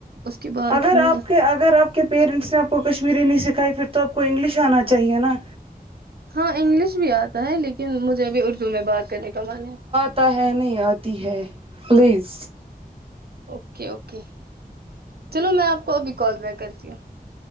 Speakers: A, on the right; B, on the right.
A: اس کے بعد
B: اگر
A: ہمیں
B: آپ کے اگر آپ کے پیرنٹس نے آپ کو کشمیری نہیں سکھائی پھر تو آپ کو انگلش آنا چاہیے نا
A: ہاں انگلش بھی آتا ہے لیکن مجھے ابھی اردو میں بات کرنے کا من ہے
B: آتا ہے نہیں آتی ہے پلیز
A: اوکے اوکے چلو میں آپ کو ابھی کال بیک کرتی ہوں